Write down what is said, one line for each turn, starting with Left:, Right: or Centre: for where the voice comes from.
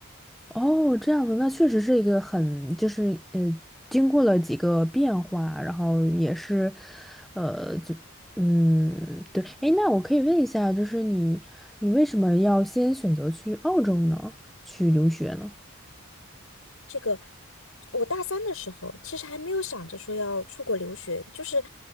Centre: 哦，这样子，那确实是一个很，就是呃，经过了几个变化，然后也是，呃，就嗯，对，诶，那我可以问一下，就是你，你为什么要先选择去澳洲呢？去留学呢？
Left: 这个我大三的时候，其实还没有想着说要出国留学，就是